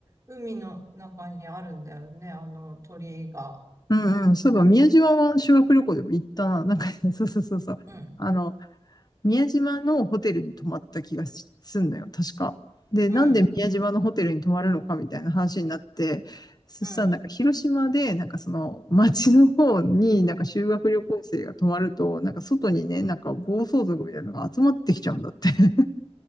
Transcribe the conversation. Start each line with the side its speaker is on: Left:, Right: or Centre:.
Right: 海の中にあるんだよね。あの鳥居が。
Left: うんうん、そういえば宮島は修学旅行でも行ったな。なんかね、<laughs> そうそうそうそう。
Right: うん、
Left: あの、宮島のホテルに泊まった気がしすんのよ、確か。で、
Right: うん、
Left: なんで宮島のホテルに泊まるのかみたいな話になって、そしたらなんか広島で、
Right: うん、
Left: なんかその町の方になんか修学旅行生が泊まると、なんか外にね、なんか暴走族みたいなのが集まってきちゃうんだって。<laughs>